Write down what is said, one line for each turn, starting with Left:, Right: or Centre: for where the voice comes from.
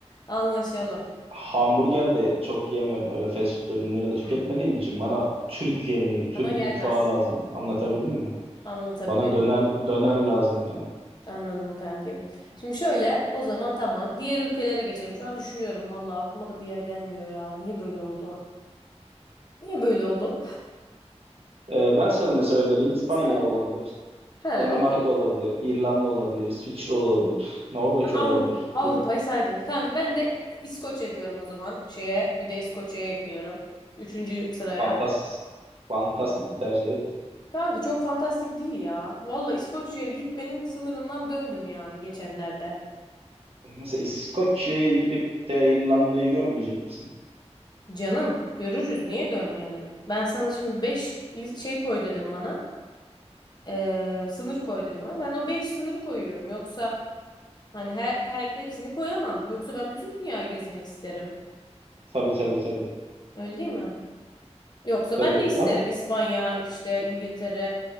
Left: anlaşalım.
Right: hamburger de çok yemiyorum. Öyle fast food ürünleri de tüketmediğim
Left: Hı.
Right: için bana Türk yemeği, Türk
Left: Sana gelmez.
Right: mutfağı lazım. Anlatabildim mi?
Left: Anlatabiliyor.
Right: Bana döner döner lazım yani.
Left: Anladım kankim. Şimdi şöyle o zaman tamam. Diğer ülkelere geçelim. Şu an düşünüyorum valla aklıma da bir yer gelmiyor ya. Niye böyle oldu? Niye böyle oldu?
Right: Ee, ben sana mesela önereyim İspanya
Left: Evet.
Right: olabilir,
Left: He
Right: Danimarka
Left: okey.
Right: olabilir, İrlanda olabilir, İsviçre olabilir, Norveç
Left: Avrupa.
Right: olabilir.
Left: Avrupa'yı
Right: Fin,
Left: saydın. Kanki ben de İskoçya diyorum o zaman. Şeye bir de İskoçya'ya ekliyorum. Üçüncü sıraya.
Right: fantas, fantastik bir tercih evet.
Left: Kanka çok fantastik değil ya. Valla İskoçya'ya gitmenin sınırından döndüm yani geçenlerde.
Right: Mesela İskoçya'ya gidip de İrlanda'yı görmeyecek misin?
Left: Canım görürüz niye görmeyelim? Ben sana şimdi 5 şey koy dedim bana. Ee, sınır koy dedim ama ben o 5 sınırı koyuyorum. Yoksa hani her, her hepsini koyamam. Yoksa ben bütün dünyayı gezmek isterim.
Right: Tabii tabii tabii.
Left: Öyle değil mi? Yoksa
Right: Tabii
Left: ben de isterim
Right: ben
Left: İspanya, işte İngiltere,